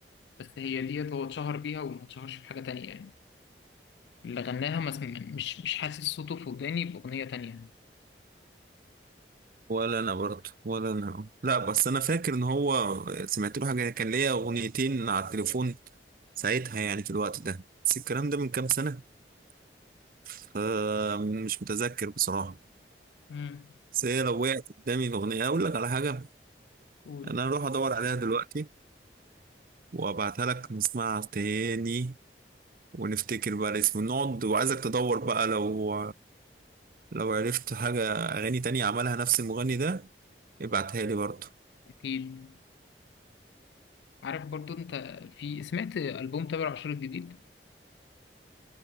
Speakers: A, on the left; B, on the right.
A: بس هي ديت هو اتشهر بيها وما اتشهرش بحاجة تانية يعني اللي غناها ما سم- مش مش حاسس صوته في وداني بأغنية تانية
B: ولا أنا برضه ولا أنا لا بس أنا فاكر إن هو سمعت له حاجة كان ليا أغنيتين على التليفون ساعتها يعني في الوقت ده بس الكلام ده من كام سنة فمش متذكر بصراحة
A: امم
B: بس هي لو وقعت قدامي الأغنية أقول لك على حاجة
A: قول
B: أنا هروح أدور عليها دلوقتي وابعتها لك نسمعها تاني ونفتكر بقى الاسم نقعد وعايزك تدور بقى لو لو عرفت حاجة أغاني تانية عملها نفس المغني ده ابعتها لي برضه
A: أكيد عارف برضو أنت في سمعت ألبوم تامر عاشور الجديد؟